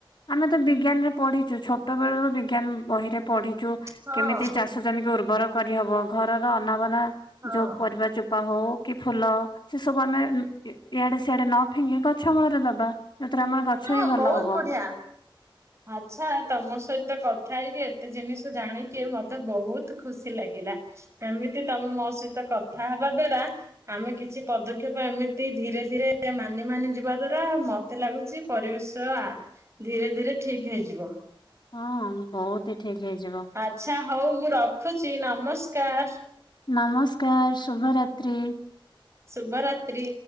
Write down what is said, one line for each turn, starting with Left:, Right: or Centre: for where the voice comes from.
Left: ଆମେ ତ ବି ବିଜ୍ଞାନରେ ପଢିଛୁ ଛୋଟ ବେଳୁ ବିଜ୍ଞାନ ବହିରେ ପଢିଛୁ
Right: ହଁ
Left: କେମିତି ଚାଷକୁ ଜମି ଉର୍ବର। କରିହବ ଘରର ଅନାବନା
Right: ହଁ
Left: ଯୋଉ ପରିବା ଚୋପା ହଉ। କି ଫୁଲ ସେ ସବୁ ଆମେ ଉଁ ଇ ଇଆଡେ ସିଆଡେ ନ ଫିଙ୍ଗି ଗଛ ମୂଳରେ ଦବା। ଯୋଉଥିରେ ଆମର ଗଛ
Right: ହଁ
Left: ହିଁ ଭଲ
Right: ବହୁତ
Left: ହବ
Right: ବଢିଆ ଆଚ୍ଛା ତମ ସହିତ କ କଥା ହେଇକି ଏତେ ଜିନିଷ ଜାଣିକି ମତେ ବହୁତ ଖୁସି ଲାଗିଲା ଏମିତି ତମେ ମୋ ସହିତ କଥା ହବା ଦ୍ଵାରା ଆମେ କିଛି ପଦକ୍ଷେପ ଏମିତି ଧୀରେ ଧୀରେ ମାନି ମାନି ଯିବା ଦ୍ଵାରା ଆଉ ମତେ ଲାଗୁଛି ପରିବେଶ ଆ ଧୀରେ ଧୀରେ ଠିକ ହେଇଯିବ।
Left: ହଁ ବହୁତ ଠିକ ହେଇଯିବ
Right: ଆଚଛା ହଉ ମୁଁ ରଖୁଚି ନମସ୍କାର।
Left: ନମସ୍କାର, ଶୁଭରାତ୍ରି।
Right: ଶୁଭ ରାତ୍ରି।